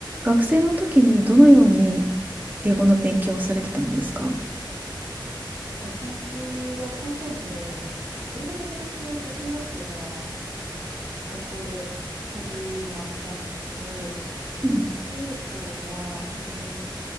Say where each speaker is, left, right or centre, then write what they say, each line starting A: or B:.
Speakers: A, on the right; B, on the right.
A: 学生の時にどのように英語の勉強をされてたんですか
B: 私が高校生、英語の勉強って中学生から学校で始まったんですけど、
A: はい。
B: 中高は本当に